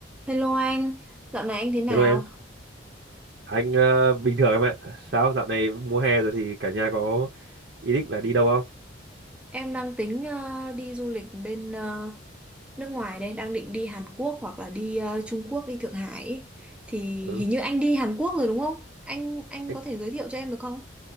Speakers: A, in the centre; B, on the right.
A: Hello anh, dạo này anh thế nào?
B: Hello em, anh ờ, bình thường em ạ. Sao dạo này mùa hè rồi thì cả nhà có ý định là đi đâu không?
A: Em đang tính ờ, đi du lịch bên ờ, nước ngoài đây, đang định đi Hàn Quốc hoặc là đi ờ, Trung Quốc, đi Thượng Hải. ý. Thì
B: Ừ,
A: hình như anh đi Hàn Quốc rồi đúng không? Anh anh
B: anh
A: có thể giới thiệu cho em được không?